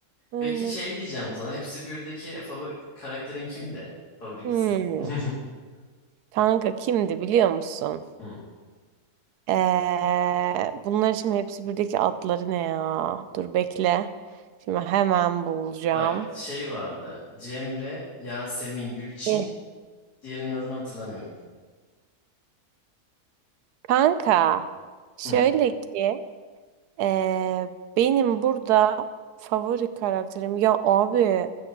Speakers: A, on the right; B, on the left.
A: aynen.
B: Peki şey diyeceğim sana. Hepsi birdeki favori karakterin kimdi? Favori
A: Hmm.
B: kızın. <laughs>
A: Kanka kimdi biliyor musun?
B: Hı.
A: Ee, bunların şimdi hepsi birdeki adları ne ya? Dur bekle. Şimdi hemen bulacağım.
B: Bak şey vardı. Cemre, Yasemin, Gülçin.
A: Eh.
B: Diğerinin adını hatırlamıyorum.
A: Kanka şöyle
B: Hı.
A: ki Ee, benim burada favori karakterim ya abi